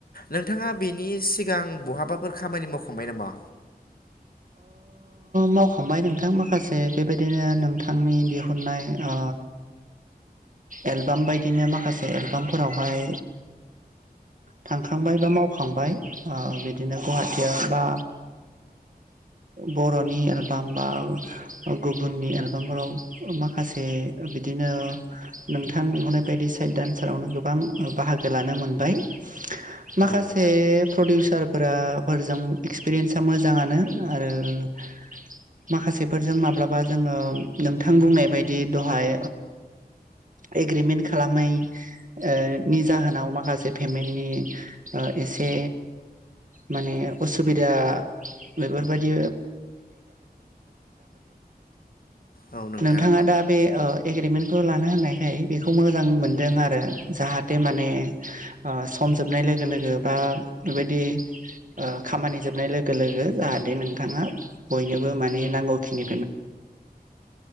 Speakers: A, on the left; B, on the right.
A: नोंथाङा बेनि सिगां बहाबाफोर खामानि मावखांबाय नामा
B: मावखांबाय नोंथां माखासे बेबायदिनो नोंथांनि दिहुननाय आ। एलबाम बायदिनो माखासे एलबामफोरावहाय थांखांबाय बा मावखांबाय बिदिनो गुवाहाटिया बा बर'नि एलबाम बा गुबुननि एलबामफोराव माखासे बिदिनो नोंथां लिंहरनाय बायदि साइड दडान्सारावनो गोबां बाहागो लानो मोनबाय माखासे
A: औ नोंथां
B: प्रडिउसार फोर फोरजों एक्सपिरियेन्सा मोजाङानो आरो। माखासेफोरजों माब्लाबा जोङो नोंथां बुंनाय बायदि दहाय एग्रिमेन्ट खालामनायनि जाहोनाव माखासे पेमेन्टनि से माने असुबिदा बेफोरबायदि
A: औ नोंथां
B: नोंथाङा दा बे एग्रिमेन्टखौ लानो होननायखाय बेखौ मोजां मोनदों आरो जाहाथे माने हमजोबनाय लोगो लोगो बा बेबायदि खामानि जोबनाय लोगो लोगो जाहाथे नोंथाङा बयनोबो माने नांगौखिनि